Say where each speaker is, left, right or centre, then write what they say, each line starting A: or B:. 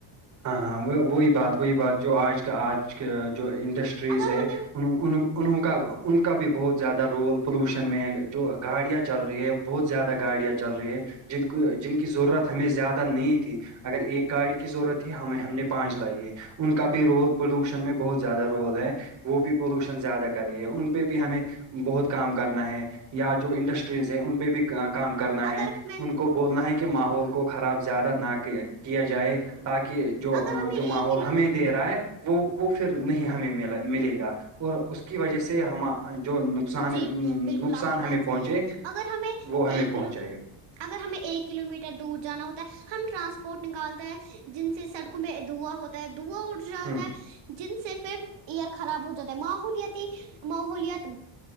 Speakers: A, on the right; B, on the right.
A: ہاں ہاں وہ وہی بات وہی بات جو آج کا آج کا جو انڈسٹریز
B: اگر
A: ہے
B: ہمیں
A: ان انہوں کا ان کا بھی بہت زیادہ رول پولوشن میں ہے جو گاڑیاں چل رہی ہے بہت زیادہ گاڑیاں چل رہی ہیں جن کو جن کی ضرورت ہمیں زیادہ نہیں تھی اگر ایک گاڑی کی ضرورت ہمیں ہم نے پانچ لائی ہے ان کا بھی رول پولوشن میں بہت زیادہ رول ہے وہ بھی پولوشن زیادہ کری ہے ان پہ بھی ہمیں بہت کام کرنا ہے یا جو انڈسٹریز ہے ان پہ بھی کام کرنا ہے
B: اگر ہمیں
A: ان کو بولنا ہے کہ ماحول
B: ہاں
A: کو خراب زیادہ نہ کیا جائے
B: ہاں
A: تاکہ جو
B: اگر ہمیں
A: جو ماحول
B: ایک کلو
A: ہمیں دے رہا ہے وہ وہ پھر نہیں ہمیں م ملے گا اور اس کی وجہ سے ہم جو نقصان
B: جی بالکل
A: نقصان
B: آپ کی
A: ہمیں
B: بات
A: پہنچے
B: صحیح ہے اگر ہمیں
A: وہ ہمیں
B: ایک
A: پہنچائے
B: کلو
A: گا
B: اگر ہمیں ایک کلو میٹر دور جانا ہوتا ہے ہم ٹرانسپورٹ نکالتا ہے جن سے سڑکوں پہ دا ہوتا ہے دوا اٹھ جاتا
A: ہوں
B: ہے جن سے پھر ایر خراب ہو جاتا ہے ماحولتی ماحولت